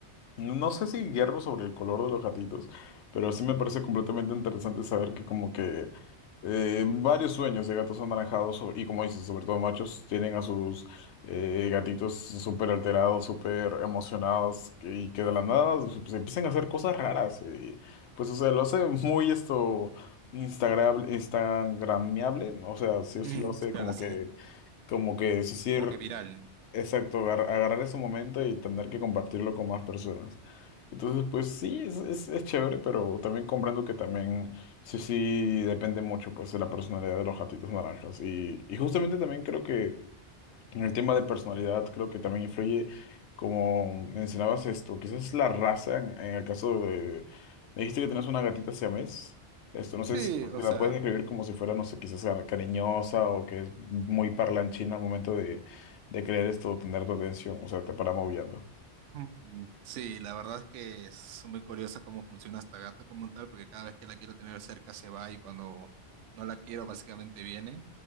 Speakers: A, on the left; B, on the right.
A: No sé si guiarme sobre el color de los gatitos, pero sí me parece completamente interesante saber que como que eh, varios sueños de gatos anaranjados sobre- y como dices, sobre todo machos, tienen a sus eh, gatitos súper alterados, súper emocionados que- y que de la nada se se empiezan a hacer cosas raras. eh, pues o sea, lo hace muy esto instagram instagramiable, o sea, sí o
B: Mm,
A: sí lo hace
B: <laughs> claro,
A: como
B: sí,
A: que como que es decir
B: como que viral.
A: Exacto, agar- agarrar ese momento y tener que compartirlo con más personas. Entonces, pues sí, es, es, es chévere, pero también comprendo que también sí, sí depende mucho pues de la personalidad de los gatitos naranjas. Y, y justamente también creo que en el tema de personalidad, creo que también influye, como mencionabas esto, quizás la raza, en, en el caso de... Me dijiste que tenías una gatita siamés. Esto, no sé
B: Sí,
A: si
B: o
A: la
B: sea,
A: puedes describir como si fuera, no sé, quizás ca- cariñosa o que es muy parlanchina al momento de, de querer esto, tener tu atención, o sea, te para maullando.
B: Mm, Sí, la verdad es que es muy curiosa cómo funciona esta gata como tal, porque cada vez que la quiero tener cerca se va y cuando no la quiero básicamente viene.